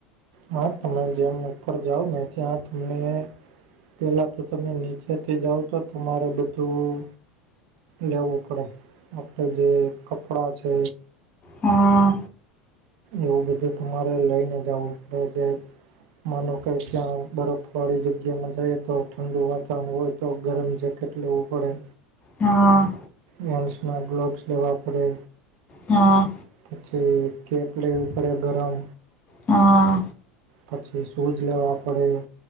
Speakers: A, on the right; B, on the left.
A: હા તમે જેમ ઉપર જાાવ ને ત્યાં તમને પેલા તો તમે નીચે. સાથેથી જાઓ તો તમારે બધું. લેવું પડે આપડ જે કપડા છે.
B: હમ
A: એવું બધું તમારે લઈને જાવું નો જાય માનું કે ત્યાં બરફ વાળી જગ્યામાં જાય તો ઠંડુ વાતાવરણ હોય તો ગરમ જગ કેટલેેવું પડે
B: હા
A: હેન્ડ્સના ગ્લોવ્સ લેવા પડે
B: હા
A: પછી કેપ લેવી પડે ગરમ
B: હા
A: પછી શૂઝ લેવા પડે